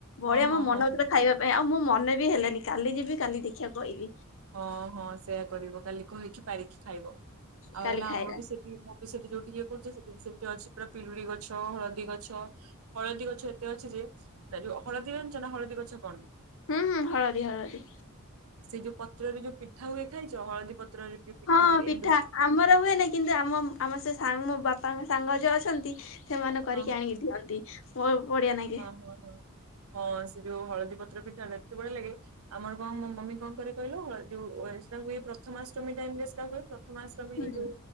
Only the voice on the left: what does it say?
ଭଳିଆ
ଆମ
ମନଉଥିଲା
ଖାଇବା ଭ ଆଉ ମୁଁ ମନେ ବି ହେଲେନି କାଲି ଯିବି କାଲି ଦେଖିବାକୁ କହିବି।
କାଲି
ଖାଇବା
ହୁଁ ହୁଁ ହଳଦୀ ହଳଦୀ
ହଁ
ଆମର ହୁଏ ନାହିଁ କିନ୍ତୁ ଆମ ଆମ ସେ ସାଙ୍ଗ ମୋ ବାପାଙ୍କ ସାଙ୍ଗ ଯୋଉ ଅଛନ୍ତି ସେମାନେ କରିକି
ଆଣିକି ଦିଅନ୍ତି ମୋ ବଢିଆ ନାଇଁ।
ହୁଁ